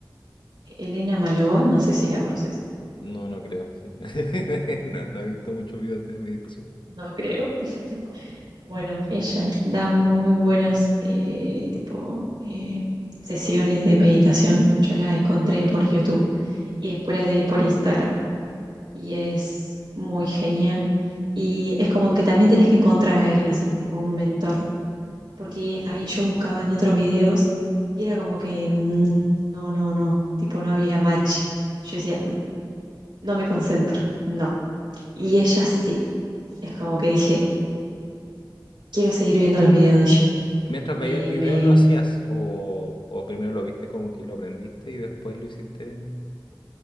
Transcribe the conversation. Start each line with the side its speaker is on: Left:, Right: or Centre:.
Right: Elena Malova, no sé si la conoces.
Left: No, no creo, sí. <laughs> No, no he visto muchos videos de meditación.
Right: No creo. <laughs> Bueno, ella da muy buenas eh, tipo eh, sesiones de meditación. Yo la encontré por YouTube y después la seguí por Instagram. Y es muy genial. Y es como que también tenés que encontrar a alguien así, tipo un mentor porque había- yo buscaba en otros videos y era como que mm, no, no, no, tipo no había match. Yo decía, "Mm, no me concentro, no. Y ella sí, es como que dije, quiero seguir viendo los videos de ella.
Left: Mientras
Right: Me,
Left: veía el video,
Right: me,
Left: ¿lo hacías? ¿O, o primero lo viste como que lo aprendiste y después lo hiciste?